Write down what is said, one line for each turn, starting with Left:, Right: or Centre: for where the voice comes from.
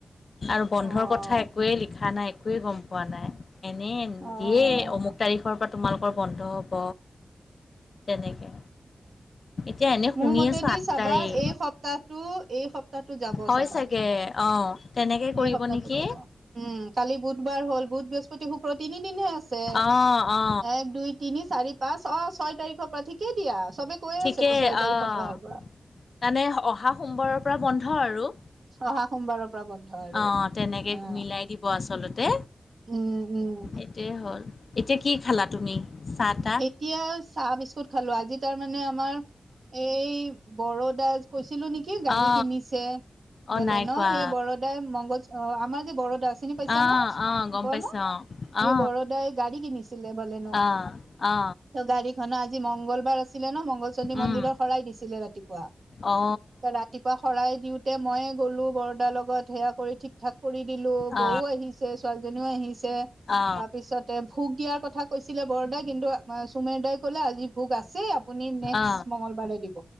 Left: আৰু বন্ধৰ
Right: অ',
Left: কথা একোৱেই লিখা নাই একোৱেই গম পোৱা নাই। এনে
Right: অ',
Left: দিয়ে
Right: অ',
Left: অমুক তাৰিখৰ পৰা। তোমালোকৰ বন্ধ হ'ব তেনেকে। এতিয়া এনে শুনি
Right: মোৰ মতেদি
Left: আছো আঠ
Right: চাবা
Left: তাৰিখ
Right: এই সপ্তাহটো এই সপ্তাহটো যাব
Left: হয়
Right: চাবা।
Left: চাগে। অ', তেনেকে কৰিব
Right: এই সপ্তাহটো
Left: নেকি
Right: যাব উম কালি বুধবাৰ হল বুধ, বৃহস্পতি, শুক্ৰ তিনিদিনে আছে।
Left: অ অ
Right: এক, দুই, তিনি, চাৰি, পাঁচ অ' ছয় তাৰিখৰ পৰা ঠিকেই দিয়া। চবে কৈয়ে
Left: ঠিকেই
Right: আছেতো ছয় তাৰিখৰ
Left: অ',
Right: পৰা হ'ব।
Left: মানে অহা সোমবাৰৰ পৰা বন্ধ আৰু।
Right: চহা সোমবাৰৰ পৰা বন্ধ আৰু
Left: অ
Right: অ'।
Left: তেনেকে মিলাই দিব আচলতে
Right: উম-উম।
Left: সেইটোৱে হ'ল এতিয়া কি খালা তুমি। চাহ তাহ
Right: এতিয়া চাহ বিস্কুত খালো আজি তাৰ মানে আমাৰ এই ব ৰো দা কৈছিলো নেকি গাড়ী
Left: অ
Right: কিনিছে
Left: অ
Right: বলেন
Left: নাই খোৱা
Right: সেই বৰদাই মগজ অ', আমাৰ যে বৰদাস। চিনি পাইছা
Left: অ
Right: ন
Left: অ গম
Right: কোৱা
Left: পাইছো
Right: ন এই
Left: অ
Right: বৰদাই গাড়ী কিনিছিলে বলেন।
Left: অ অ অ অ
Right: ত গাড়ীখনৰ আজি মংগলবাৰ আছিলে ন মংগল চন্দ্ৰী
Left: উম
Right: মন্দিৰৰ শৰাই দিছিলে ৰাতি। পোৱা,
Left: অ
Right: ৰাতিপুৱা শৰাই দিওঁতে মই গলো বৰদাৰ লগত সেয়া কৰি ঠিক ঠাক। কৰি দিলোঁ,
Left: অ
Right: বৌ আহিছে, ছোৱালীজনীও আহিছে।
Left: অ
Right: তাৰপিছতে ভোগ দিয়াৰ কথা কৈছিলে বৰদাই, কিন্তু আমাৰ চুমেৰ দাই ক'লে আজি ভোগ আছে। আপুনি নেক্সট
Left: অ
Right: মংগলবাৰে দিব।